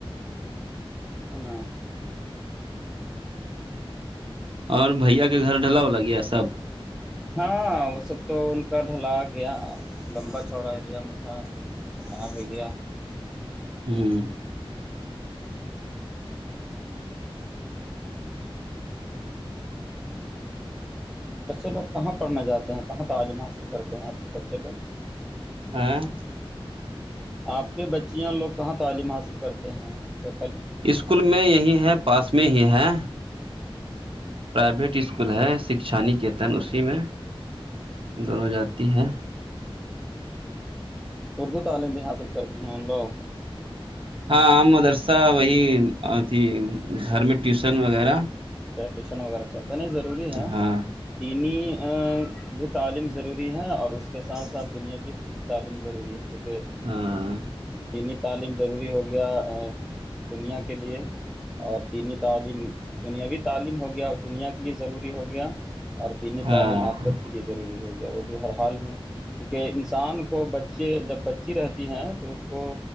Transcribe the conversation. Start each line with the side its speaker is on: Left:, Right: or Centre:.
Centre: <inaudible>
Right: اور بھیا کے گھر ڈھلا ہو ل گیا سب
Centre: ہاں وہ سب تو ان کا ڈھلا گیا لمبا چوڑا ایریا میں تھا ہ ب گیا
Right: ہوں
Centre: بچے لوگ کہاں پڑھنے جاتے ہیں کہاں تعلیم حاصل کرتے ہیں اپنے بچے لوگ
Right: <inaudible>
Centre: آپ کے بچیاں لوگ کہاں تعلیم حاصل کرتے ہیں لوگ
Right: اسکول میں یہی ہے پاس میں ہی ہیں پرائیویٹ اسکول ہے شکھا نکیتن اسی میں دونوں جاتی ہیں
Centre: اردو تعلیم بھی حاصل کرتی ہیں ان لوگ
Right: ہاں مدرسہ وہی آ تھی گھر میں ٹیوسن وغیرہ
Centre: اچا ٹیوشن وغیرہ چلتا نہیں ضروری ہے
Right: ہاں
Centre: دینی بھی تعلیم ضروری ہے اور اس کے ساتھ ساتھ دنیاوی تعلیم ضروری ہے چونکہ
Right: ہاں
Centre: بینی تعلیم ضروری ہو گیا دنیا کے لیے اور دینی تعلیم دنیاوی تم ہو گیا اور دنیا کے لیے ضروری ہو گیا اور دینی
Right: ہاں
Centre: تعلیم آخرت کے کے لیے ضروری ہو گیا وہ بھی ہر حال میں چونکہ انسان کو بچے جب بچی رہتی ہیں تو اس کو